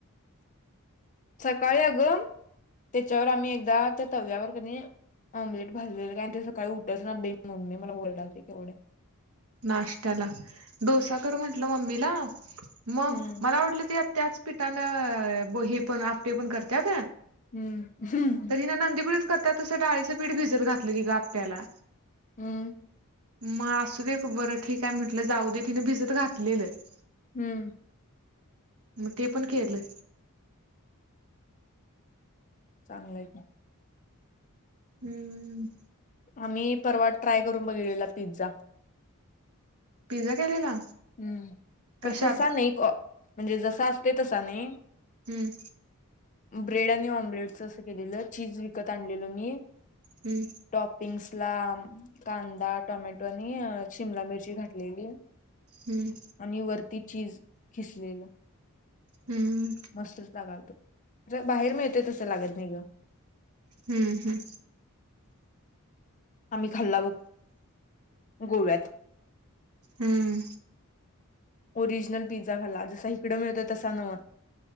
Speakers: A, on the left; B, on the right.
A: सकाळी अगं त्याच्यावर आम्ही एकदा त्या तव्यावर कणी. ऑमलेट भाजलेलं काय. आणि ते सकाळी उठचणात बाई मम्मी मला ओरडालती केवढं.
B: नाष्टयाला डोसा कर म्हंटलं मम्मीला. मग
A: हम्म
B: मला वाटलं ते. त्याच पीठानं बो हे पण आप्पे पण करत्यात.
A: हम्म. हम्म.
B: तर हिनं नंदीकुळीत करत्यात तसं डाळीचं पीठ भिजत घातलं की ग आप्याला.
A: हम्म.
B: मग असू दे बरं ठीकहाय म्हंटलं जाऊ दे तिने भिजत घातलेलं.
A: हम्म.
B: मग ते पण केलं.
A: चांगलं आहे का.
B: हम्म.
A: आम्ही परवा ट्राय करून बघितलेला पिझ्झा.
B: पिझ्झा केलेला?
A: हम्म तर
B: कशात
A: तसा नाही. म्हणजे जसा असतोय तसा नाही.
B: ह.
A: ब्रेड आणि ऑम्लेट असं केलेलं. चीज विकत आणलेल मी
B: हम्म
A: टॉपिंग्स. आपला कांदा. टोमॅटो. आणि शिमला मिरची घातलेली.
B: हम्म
A: आणि वरती चीज खिसलेलं.
B: हम्म
A: मस्तच लागालत. बाहेर मिळतय तसं लागत नाही ग.
B: हम्म. हम्म.
A: आम्ही खाल्ला बग गोव्यात.
B: हम्म.
A: ओरिजनल पिझ्झा खाल्ला. जसा इकडं मिळतोय तसा नव.